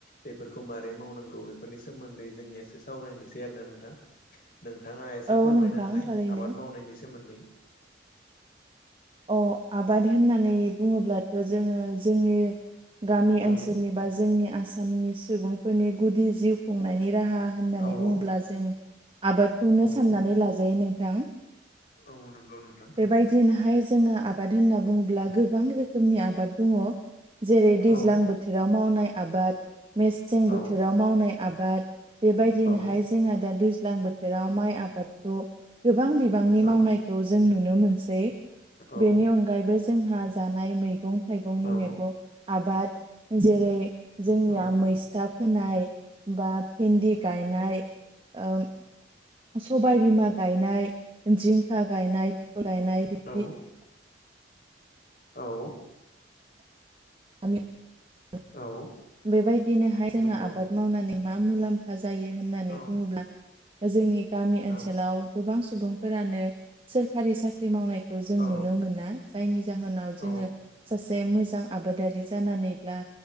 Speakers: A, on the left; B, on the right.
A: बेफोरखौ माबोरै मावनांगौ बेफोरनि सोमोन्दै जोंनियासो सावरायनोसै आरोना नोंथां नोंथाङा एसे
B: औ
A: फोरमायनो
B: नोंथां
A: हानाय
B: थारैनो
A: आबाद मावनायनि सोमोन्दै
B: अ आबाद होननानै बुङोब्लाथ' जोङो जोंनि गामि
A: औ
B: ओनसोलनि बा जोंनि आसामनि सुबुंफोरनि गुदि जिउ खुंनायनि राहा होननानै
A: औ
B: बुङोब्ला जों आबादखौनो
A: औ
B: साननानै लाजायो नोंथां
A: औ नोंगौ नोंथां
B: बेबायदिनोहाय जोंङो आबाद होनना बुङोब्ला गोबां रोखोमनि आबाद दङ जेरै दैज्लां
A: औ
B: बोथोराव मावनाय आबाद मेसें बोथोराव
A: औ
B: मावनाय आबाद बेबायदिनोहाय
A: औ
B: जोंहा दा दैज्लां बोथोराव माइ आबादखौ गोबां बिबांनि
A: औ
B: मावनायखौ जों नुनो मोनसै
A: औ
B: बेनि अनगायैबो जोंहा जानाय मैगं थाइगंनि
A: औ
B: मैगं आबाद जेरै जोंनिया
A: औ
B: मैस्था फोनाय बा भेन्दि गायनाय ओं सबाय बिमा गायनाय जिंखा गायनाय गायनाय बिदि
A: औ औ
B: <unintelligible>
A: औ
B: बेबायदिनोहाय जोङो
A: नंगौ
B: आबाद मावनानै मा मुलाम्फा जायो होननानै
A: औ
B: बुङोब्ला जोंनि गामि ओनसोलाव
A: औ
B: गोबां सुबुंफोरानो सोरखारि साख्रि मावनायखौ जों
A: औ
B: नुनो मोना जायनि जाहोनाव जोङो
A: औ
B: सासे मोजां आबादारि जानानैब्ला